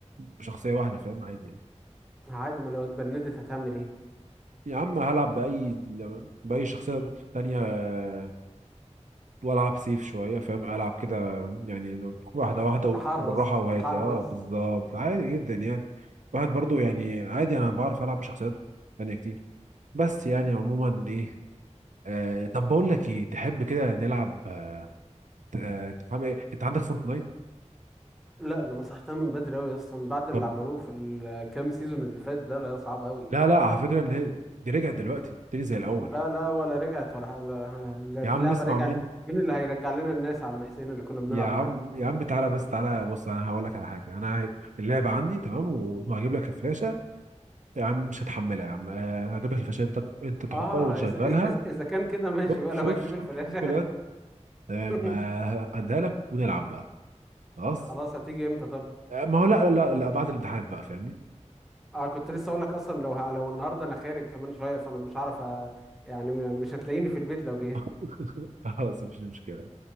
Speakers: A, on the right; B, in the centre.
A: بشخصية واحدة فاهم عادي يعني
B: عادي ما لو اتبندت هتعمل ايه
A: يا عم هلعب بأي بأي شخصية تانية آه، والعب سيف شويه فاهم العب كده يعني واحده واحده
B: تحرص
A: بالراحه وهادي
B: تحرص
A: اه بالظبط عادي جدا يعني واحد برضو يعني عادي انا بعرف العب بشخصيات تانية كتير بس يعني عموما ايه آه طب بقول لك ايه تحب كده نلعب آه آه، عامل إيه؟ انت عندك فورتنايت
B: لا انا مسحتها من بدري قوي اصلا من بعد اللي
A: طب
B: عملوه في الكام سيزون اللي فات ده لا صعب قوي
A: لا لا على فكره ان هي دي رجعت دلوقتي تاني زي الاول
B: لا لا ولا رجعت ولا حاجة لا-
A: يا
B: اللعبة
A: عم اسمع
B: رجعت
A: مني
B: مين اللي هيرجع لنا الناس يا عم حسين اللي كنا بنلعب
A: يا عم
B: معاه
A: يا عم تعالى بس تعالى بص انا هقول لك على حاجه انا اللعبه عندي تمام وهجيب لك الفلاشه يا عم مش هتحملها يا عم آه، انا هجيب لك الفشار انت انت تحطها
B: اه
A: وتشغلها
B: اذا إز إز اذا كان كده ماشي
A: شوف
B: بقى
A: شوف
B: لو هتجيب
A: شوف
B: الفلاشة
A: شوف بجد تمام
B: <laughs>
A: آه، هديها لك ونلعب بقى خلاص
B: خلاص هتيجي امتى طب
A: آه، ما هو لا لا لا لا، بعد الامتحان بقى فاهمني
B: اه كنت لسه اقول لك اصلا لو ه... لو النهارده انا خارج كمان شوية فانا مش عارف أ- يعني م- مش هتلاقيني في البيت لو جيت
A: <laughs> خلاص مفيش مشكلة